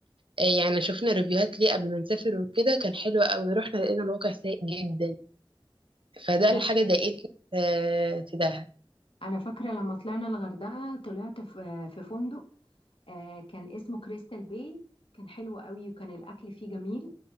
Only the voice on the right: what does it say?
آه، يعني شفنا ريفيوهات ليه قبل ما نسافر وكده كان حلو قوي رحنا لقينا الواقع سيء جدا فده
الحاجه ضايقتني آه، في دهب